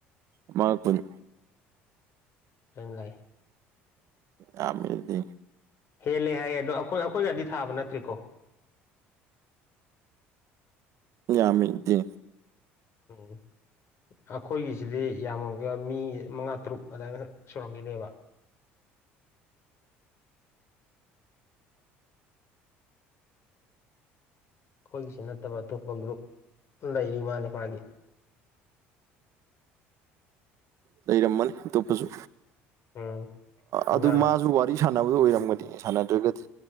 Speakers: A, on the right; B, on the left.
A: ꯑꯃꯉꯛꯄꯨꯅꯤ
B: ꯑꯗꯨ ꯂꯩ
A: ꯌꯥ ꯃꯗꯤ
B: ꯍꯦꯜꯂꯦ ꯍꯥꯏꯌꯦ ꯑꯗꯣ ꯑꯩꯈꯣꯏ ꯑꯩꯈꯣꯏ ꯒꯥꯗꯤ ꯊꯥꯕ ꯅꯠꯇ꯭ꯔꯤꯀꯣ
A: ꯌꯥꯃꯤꯗꯤ
B: ꯎꯝ ꯑꯩꯈꯣꯏꯒꯤꯁꯤꯗꯤ ꯌꯥꯝꯃꯒ ꯃꯤ ꯃꯉꯥ ꯇꯔꯨꯛ ꯑꯗꯨꯃꯏꯅ ꯁꯨꯔꯝꯈꯤꯅꯦꯕ ꯑꯩꯈꯣꯏꯒꯤꯁꯤ ꯅꯠꯇꯕ ꯑꯇꯣꯞꯄ ꯒ꯭ꯔꯨꯞ ꯂꯩꯔꯤ ꯃꯥꯅꯤ ꯃꯥꯒꯤ
A: ꯂꯩꯔꯝꯃꯅꯤ ꯑꯇꯣꯞꯄꯁꯨ
B: ꯎꯝ ꯑꯉꯥꯡ
A: ꯑꯗꯨ ꯃꯥꯁꯨ ꯋꯥ ꯋꯥꯔꯤ ꯁꯥꯟꯅꯕꯗꯨꯣ ꯑꯣꯏꯔꯝꯒꯅꯤ ꯁꯥꯟꯅꯗ꯭ꯔꯒꯗꯤ